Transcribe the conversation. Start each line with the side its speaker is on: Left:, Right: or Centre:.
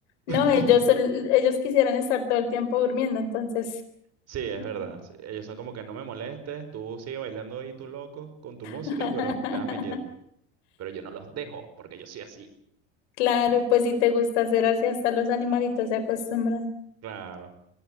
Left: No,
Right: <laughs>
Left: ellos, son- ellos quisieran estar todo el tiempo durmiendo, entonces.
Right: Sí, es
Left: no.
Right: verdad. sí, Ellos son como que no me molestes, tú sigue bailando ahí tú loco con tu música,
Left: <laughs>
Right: pero déjame quieto. Pero yo no los dejo porque yo soy así.
Left: Claro, pues si te gusta hacer así, hasta los animalitos se acostumbran.
Right: Claro.